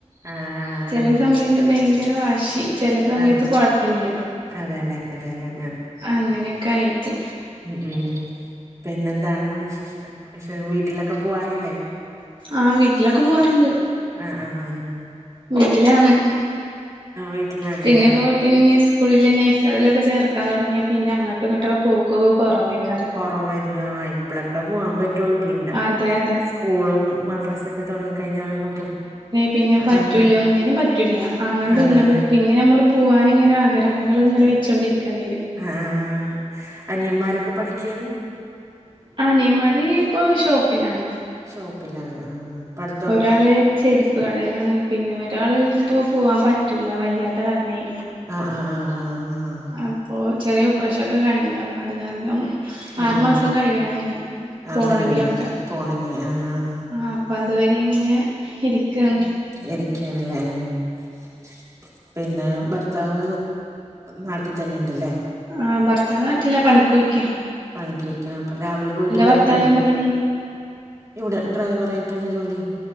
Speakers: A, on the right; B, on the right.
A: ആഹ് ആഹ്
B: ചെലസമയത്ത്ഭയങ്കരവാശി ചെലസമയത്ത്കൊഴപ്പല്ല്യാ
A: അതെ അതെല്ലേ അതെല്ലേ
B: അങ്ങനെയൊക്കായിട്ട്
A: ഉംഉംപിന്നെന്താണ് വിവിട്ടിലൊക്കെ പോവാറില്ലേ
B: ആഹ് വിട്ടിലൊക്കെപോവാറുണ്ട്
A: ആഹ്ആഹ്
B: വീട്ടിലാണ്.
A: വീട്ടിലാണല്ലേ
B: പിന്നെഇപ്പകുട്ടിനെസ്കൂളില് നഴസറിലോക്കെചേർക്കാൻതൊട ങ്ങ്യപിന്നെഅങ്ങട്ടും ഇങ്ങട്ടൊ പോകൊക്കെകൊറവായിക്കാരം
A: കൊറവായിരിക്കുംആഹ് ഇപ്പളോക്കെ പോവാാൻപറ്റ റ്റോള്ളു പിന്നെ
B: അതെ അതെ
A: സ്കൂളും മദ്രസക്കെ തൊടങ്ങി കഴിഞ്ഞാലൊന്നും പോ
B: പിന്നെപറ്റൂല്ല്യഒന്നിനുംപറ്റൂില്ല
A: ആഹ്
B: അങ്ങണ്ടു
A: അതെല്ലേ
B: ഇങ്ങണ്ടുംപിന്നെനമ്മള് പോവാനിങ്ങനെ ആഗ്രഹങ്ങള് ഇങ്ങനെവെച്ച കൊണ്ടിരിക്കേണ്ടിരും
A: ആഹ്അനയന്മാരൊക്കെ പഠിക്കണ്
B: ആഹ് അനിയന്മാര്ഇപ്പൊ ഷോപ്പിലാണ്
A: ഷോപ്പിലാണ്ആഹ്ആഹ് പഠി-
B: ഒരാള്ചെരിപ്പ്കടെലാണ്പിന്നെ ഒരാള് ഇപ്പോപോവാൻപറ്റൂലവയ്യാത്ത കരണെ
A: ആഹ് ആഹ്ആഹ് ആഹ്ആഹ്
B: അപ്പോചെറിയഒപറേഷൊക്കെ കഴിഞ്ഞഅപ്പോഅത് കാരണം
A: ഉം
B: ആറുമാസംകഴിയണനി
A: ഉം ആ
B: പോണെങ്കിലൊക്കെആഹ്
A: കയ്യണല്ലേ പോണെങ്കി ആ ആ ആ.
B: അപ്പതുവരീങ്ങനെ ഇരിക്കേണ്
A: ഇരിക്കണല്ലേപിന്നെഭർത്താവ് നാട്ടിൽതന്നെണ്ടല്ലേ
B: ആഹ്ഭർത്താവ്നാട്ടില പണിക്കൊയ്
A: പണിക്കൊയ്ക്കപ്പരാവിലെപോയിട്ട് വൈകിട്ട്
B: ഭർത്താവിന്
A: വരും
B: എന്താ പണി
A: ഇവിടെഡ്രൈവറായിട്ടാണ് ജോലി